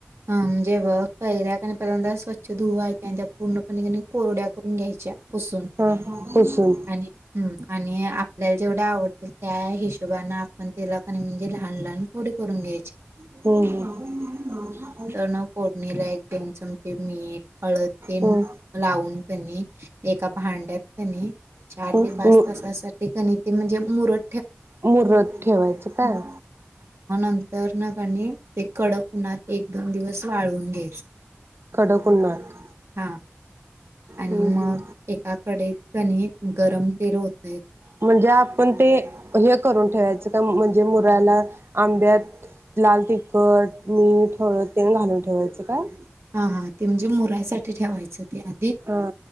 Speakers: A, on the right (about 85°); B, on the right (about 65°).
A: हम्म म्हणजे कैऱ्या कनी पाहिल्यांदा स्वच्छ धुवायच्या त्या पूर्णपणे कनी कोरड्या करून घ्यायच्या. पुसून
B: हा पुसून
A: आणि हं आणि आपल्याला जेवढ्या आवड त्यात त्या हिशोबान आपण तेला आणि म्हणजे लहान लहानपोडी करून घ्यायच्या.
B: हंह
A: न फोडणीला एक दोन चमचे मीठ हळदतेन
B: हम्म
A: लावून कनी एका भांड्यात कनी
B: हम्म
A: चार ते पाच
B: हम्म
A: तासासाठी न्हई ते म्हणजे मूरत
B: मुरत ठेवायचं काय?
A: नंतर न कणी ते कडक उणात एक दोन दिवस वाळून घ्यायचं.
B: कडक उन्हात
A: हां. आणि
B: हम्म हम्म.
A: म एका कडईट कणी गरम तेल ओत
B: म्हणजे आपण ते हे करून ठेवायचं काय म्हणजे म याला आंब्यात लाल तिखट, मीठ, हळद तेन घालून ठेवायचं काय?
A: हा हा ते म्हणजे मुरायसाठी ठेवायचं ते आ
B: हा